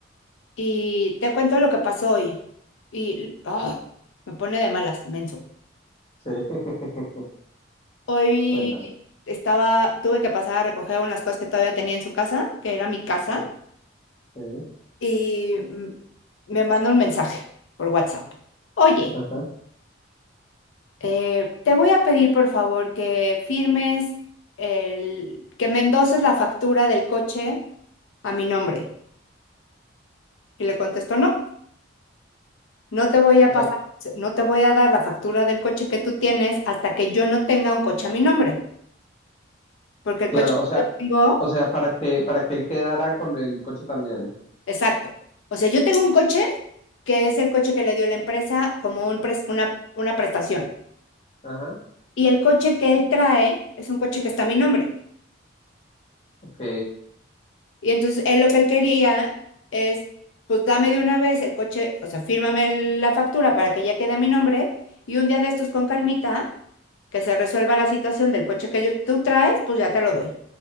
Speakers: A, on the left; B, on the left.
A: Y te cuento lo que pasó hoy. Y ah, me pone de malas, menso.
B: Sí, <laughs>
A: Hoy
B: cuéntame.
A: estaba, tuve que pasar a recoger unas cosas que todavía tenía en su casa, que era mi casa,
B: Sí, sí,
A: y mm, me mandó un mensaje por WhatsApp. Oye,
B: ajá.
A: eh, te voy a pedir por favor que firmes el, que me endoses la factura del coche a mi nombre. Y le contesto, no. No te voy a
B: O
A: pasar,
B: sea,
A: no te voy a dar la factura del coche que tú tienes hasta que yo no tenga un coche a mi nombre, porque el
B: claro,
A: coche
B: o sea,
A: que yo tengo,
B: o sea, para que, para que él quedara con el coche también.
A: exacto. O sea, yo tengo un coche que es el coche que le dio la empresa como un pres- una, una prestación.
B: Ajá,
A: Y el coche que él trae es un coche que está a mi nombre.
B: ok.
A: Y entonces él lo que él quería es, pues dame de una vez el coche, o sea, fírmame el- la factura para que ya quede a mi nombre y un día de estos con calmita que se resuelva la situación del coche que yo, tú traes, pues ya te lo doy.